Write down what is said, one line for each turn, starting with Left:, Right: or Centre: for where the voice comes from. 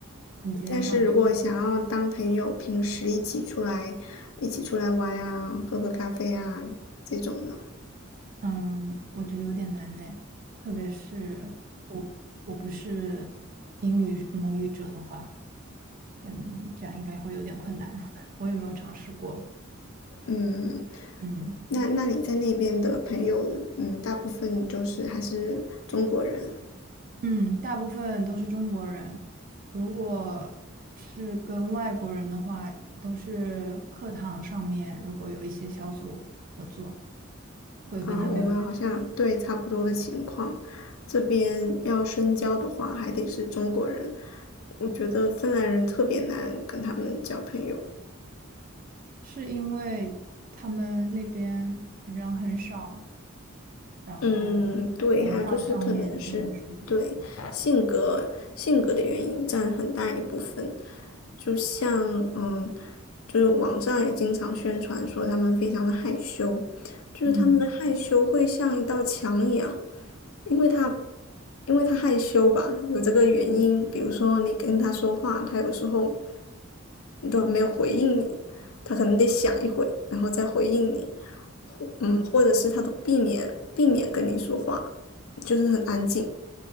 Right: 你今天上课，
Left: 但是如果想要当朋友，平时一起出来，一起出来玩啊，喝喝咖啡啊，这种的，
Right: 嗯，我觉得有点难呢，特别是我我不是英语母语者的话，嗯，这样应该会有点困难。<laughs> 我也没有尝试过，
Left: 嗯，
Right: 嗯。
Left: 那那你在那边的朋友，嗯，大部分就是还是中国人
Right: 嗯，大部分都是中国人，如果是跟外国人的话，都是课堂上面如果有一些小组合作，会跟他们有交流。
Left: 啊，我们好像对差不多的情况，这边要深交的话，还得是中国人，我觉得芬兰人特别难跟他们交朋友，
Right: 是因为他们那边人很少，然后文化上面就很疏离。
Left: 嗯，对，还有就是可能是对性格性格的原因占很大一部分，就像嗯，就是网上也经常宣传说他们非常的害羞，就是他们的害羞会像一道墙一样，
Right: 嗯
Left: 因为他因为他害羞吧，有这个原因，比如说你跟他说话，他有时候都没有回应你，他可能得想一会，然后再回应你。嗯，或者是他都避免避免跟你说话，就是很安静。